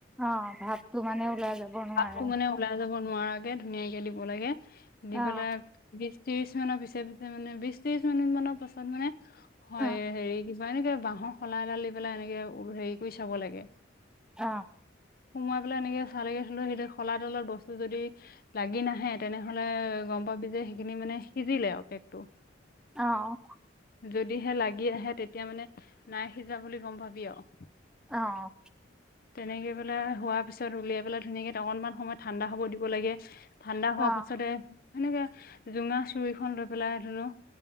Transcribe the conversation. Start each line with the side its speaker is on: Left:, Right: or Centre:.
Centre: অ' ভাপতো মানে ওলাই
Left: ভাপটো
Centre: যাব নোৱাৰে।
Left: মানে ওলাই যাব নোৱাৰাকে ধুনীয়াকৈ দিব লাগে। দি
Centre: অ',
Left: পেলাই ত্ৰিশ মানৰ পিছে পিছে মানে বিশ ত্ৰিশ মিনিট মানৰ পাছত মানে হয়
Centre: অ',
Left: হেৰি কিবা এনেকে বাহৰ শলা এডাল দি পেলাই এনেকে হেৰি কৰি চাব লাগে।
Centre: অ'।
Left: সোমোৱাই পেলাই এনেকে চালে একে সেই শলা ডালত বস্তু যদি লাগি নাহে তেনেহ'লে গম পাবি যে সেইখিনি মানে সিজিলে আৰু কেকটো।
Centre: অ'।
Left: যদিহে লাগি আহে তেতিয়া মানে নাই সিজা বুলি গম পাবি আৰু।
Centre: অ'।
Left: তেনেকে পেলাই হোৱাৰ পিছত উলিয়াই পেলাই ধুনীয়াকে অকনমান সময় ঠাণ্ডা হ'ব দিব লাগে। ঠাণ্ডা হোৱাৰ
Centre: অ',
Left: পাছতে এনেকে জোঙা চুৰিখন লৈ পেলাই ধেনো